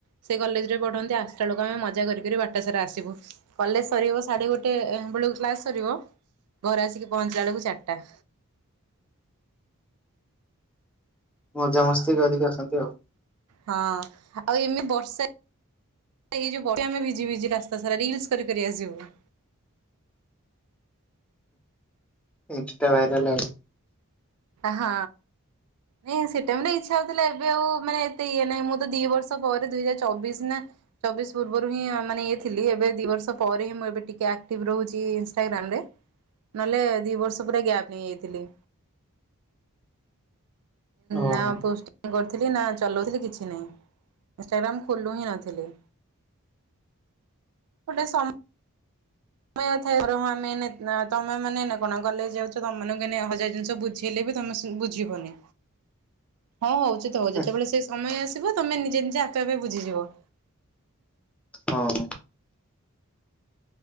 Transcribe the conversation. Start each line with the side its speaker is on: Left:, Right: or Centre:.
Right: ସେ କଲେଜରେ ପଢ଼ନ୍ତି। ଆସିଲା ବେଳକୁ ଆମେ ମଜା କରିି କରି ବାଟସାରା ଆସିବୁ। କଲେଜ୍ ସରିବ ସାଢେ ଗୋଟେ ବେଳକୁ କ୍ଲାସ ସରିବ, ଘରେ ଆସିକି ପହଞ୍ଚିଲା ବେଳକୁ ଚାର୍ ଟା।
Centre: ମଜାମସ୍ତି କରିକି ଆସନ୍ତି ଆଉ।
Right: ହଁ। ଆଉ ଏମି ବର୍ଷା ଏଇ ଯୋଉ <unintelligible> ଆମେ ଭିିଜି ଭିଜି ରାସ୍ତା ସାରା ରିଲ୍ସି କରି କରି ଆସିବୁ।
Centre: ଇନଷ୍ଟା ଭାଇରାଲ୍ ଆଉ।
Right: ହଁ। ନାଇଁ ସେ ଟାଇମ୍ ରେ ଇଚ୍ଛା ହଉଥିଲା, ଏବେ ଆଉ ମାନେ ଏତେ ଇଏ ନାଇଁ ମୁଁ ତ ଦି ବର୍ଷ ପରେ ଦୁଇ ହଜାର ଚବିଶ୍ ନା ଚବିଶ୍ ପୂର୍ବରୁ ହିଁ ମାନେ ଇଏ ଥିଲି। ଏବେ ଦି ବର୍ଷ ପରେ ହିଁ ମୁଁ ଏବେ ଟିକେ ଆକ୍ଟିଭ୍ ରହୁଚି ଇନଷ୍ଟାଗ୍ରାମ୍ ରେ। ନହେଲେ ଦି ବର୍ଷ ପୁରା ଗ୍ୟାପ୍ ହେଇଯାଇଥିଲି।
Centre: ଓହୋ।
Right: ନା ପୋଷ୍ଟିଂ କରିଥିଲି ନା ଚଲଉଥିଲି କିଛି ନାଇଁ। ଇନଷ୍ଟାଗ୍ରାମ୍ ଖୋଲୁ ହିଁ ନଥିଲି। <unintelligible> ସମୟ ଥାଏ, ବରଂ ଆମେ ଏଉନେ ତମେ ମାନେ ଏଇନେ କଣ କଲେଜ୍ ଯାଉଚ ତମମାନଙ୍କୁ ଏଇନା ହଜାର ଜିନିଷ ବୁଝି ବୁଝିଇଲେ ବିବତମେ ବୁଝିବନି। ହଁ ହଉ ସେତ
Centre: ହେଁ,
Right: ଯେତେବେଳେ ସେ ସମୟ ଆସିବ ତମେ ନିଜେ ନିଜେ ଆପେ ଆପେ ବୁଝିଯିବ।
Centre: ହଁ।